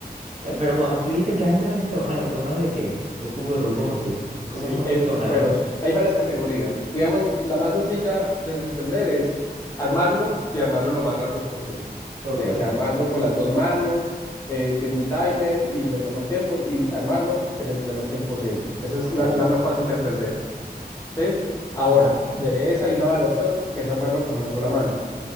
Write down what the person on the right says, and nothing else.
eh, pero cuando, tú dijiste que has entrado en torneos. ¿Torneos de qué? De cubo de Rubik.
¿Cómo así?
¿Cómo son
esos torneos?
Ok,
sí.
Ok.